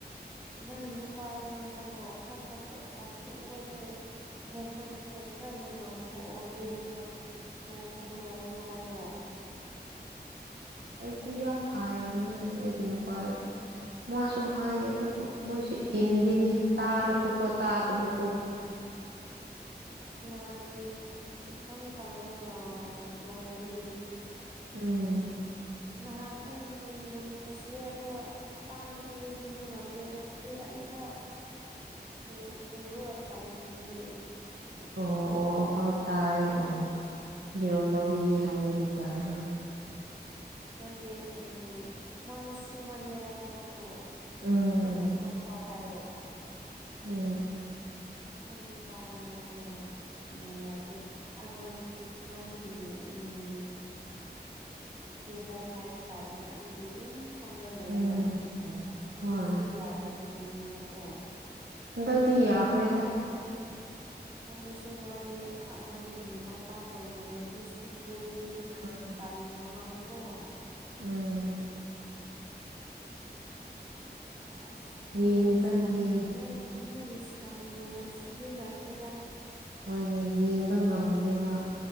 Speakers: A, on the right; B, on the right.
A: ꯅꯪ ꯅꯨꯄꯥꯗ ꯉꯥꯡꯍꯜꯂꯣ ꯈꯔ ꯈꯔ ꯄꯣꯊꯥꯎ ꯁꯨꯕꯁꯦ ꯍꯦꯟꯃꯟꯁꯦ ꯈꯔ ꯅꯨꯡꯉꯥꯏꯊꯣꯛꯑꯣꯦꯝꯅ ꯅꯣꯡ ꯐꯗꯣ ꯂꯩꯌꯣ ꯍꯥꯏꯌꯣ
B: ꯑꯌꯨꯛꯁꯨ ꯌꯥꯝ ꯍꯥꯏꯔꯕꯅꯤꯅꯦ ꯑꯩꯒꯤ ꯅꯨꯄꯥꯗꯁꯨ ꯃꯥꯁꯨ ꯍꯥꯏꯌꯦ ꯑꯗꯨꯕꯨ ꯃꯣꯏꯁꯤ ꯏꯟꯗꯤꯅꯤ ꯇꯥꯔꯁꯨꯀꯣ ꯇꯥꯗꯕꯒꯨꯝ
A: ꯑꯁ ꯃꯥꯒꯤ ꯏꯀꯪ ꯀꯉꯒ ꯂꯣꯏꯗꯤ
B: ꯎꯝ
A: ꯅꯍꯥꯟ ꯑꯩ ꯅꯨꯡꯕꯨ ꯅꯨꯡꯁꯤꯌꯦ ꯑꯗꯣ ꯑꯇꯥꯡꯕꯗꯤ ꯂꯩꯕꯤꯕ ꯉꯝꯗꯦ ꯑꯗꯣ ꯐꯨꯔꯤꯠ ꯑꯅꯤꯈꯛ ꯄꯨ ꯄꯔ ꯊꯝꯗꯔꯅꯤ
B: ꯑꯣ ꯑꯣ ꯑꯣ ꯍꯣꯏ ꯇꯥꯏ ꯑ ꯐꯤꯔꯣ ꯂꯧꯕꯤꯌꯦ ꯍꯥꯏꯕꯗꯤ ꯇꯥꯏ ꯍꯣꯏ
A: ꯅꯠꯇꯦ ꯎꯝ ꯃꯥꯁꯨ ꯁꯨꯃꯜꯂꯦꯕ ꯊꯕꯛ ꯇꯣ
B: ꯎꯝ
A: ꯐꯥꯛ
B: ꯎꯝ
A: ꯄꯊ ꯍꯥꯋꯥ ꯍꯥꯏꯣ
B: ꯎꯝ
A: ꯅꯪ ꯅꯨ ꯎꯄꯥꯗꯉ ꯍꯜꯂꯣ ꯎꯝ ꯑꯦ ꯑ ꯅꯪꯒꯤ ꯎꯝ ꯏ ꯈꯨꯨꯕꯣꯛ ꯍꯥꯏꯕ ꯇꯥꯔꯦꯅꯦ ꯑꯗꯨꯒꯤ ꯑꯗꯨꯝ ꯐꯝꯔ ꯂꯩꯌꯦꯅ
B: ꯎꯝ
A: ꯃꯃꯤꯠꯁꯨ
B: ꯍꯣꯏ
A: ꯌꯥꯗꯕꯒꯤꯅꯦꯕꯀꯣ
B: ꯍꯟꯗꯛꯇꯤ ꯌꯥꯈ꯭ꯔꯦꯗ
A: ꯑꯗꯨꯁꯨ ꯃꯥꯗꯤ ꯅꯪꯒꯤ ꯃꯄꯥꯇꯣꯟꯒꯨꯝꯅꯗꯤ ꯁꯨꯕꯗꯨ
B: ꯎꯝ
A: ꯇꯥꯟꯒ꯭ꯔ ꯃꯥꯂꯦꯀꯣ
B: ꯎꯝ
A: ꯑꯁ
B: ꯌꯦꯡꯕ
A: ꯅꯣꯏꯒꯤ ꯁꯟ
B: ꯌꯦꯡ
A: ꯅꯣꯏꯒꯤ ꯅꯣꯏꯒꯤ ꯁꯟꯒꯨꯝꯅ ꯁꯤꯖꯤꯟꯅꯈ꯭ꯔꯦꯗ
B: ꯍꯣꯏꯅꯦ ꯌꯦꯡꯕ ꯉꯝꯗ꯭ꯔꯦꯕ